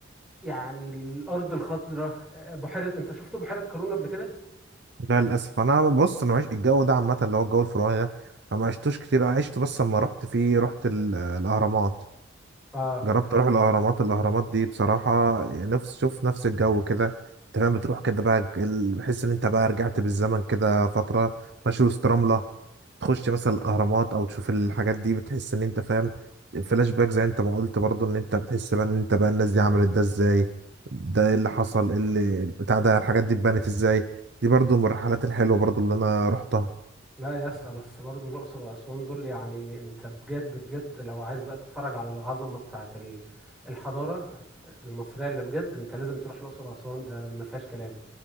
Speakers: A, in the centre; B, on the right.
A: يعني الارض الخضراء آه، بحيره انت شفت بحيره قارون قبل كده
B: لا للاسف انا بص انا معيش الجو ده عامه اللي هو الجو الفرعوني ده انا ما عشتوش كتير انا عشت بس لما رحت فيه رحت ال- الاهرامات
A: اه
B: جربت اروح الاهرامات الاهرامات دي بصراحه نفس شوف نفس الجو كده انت فاهم بتروح كده بقى ال- بحس ان انت بقى رجعت بالزمن كده فتره ماشي وسط رمله تخش مثلا الاهرامات او تشوف الحاجات دي بتحس ان انت فاهم فلاش باك زي انت ما قلت برضه ان انت بتحس بقى ان انت بقى الناس دي عملت ده ازاي ده ايه اللي حصل ايه اللي بتاع ده الحاجات دي اتبنت ازاي دي برضه من الرحلات الحلوه برضه اللي انا رحتها
A: لا يا اسطى بس برضه الاقصر واسوان دول يعني انت بجد بجد لو عايز بقى تتفرج على العظمه بتاعه ال- الحضاره المصريه اللي بجد انت لازم تروح الاقصر واسوان ده ما فيهاش كلام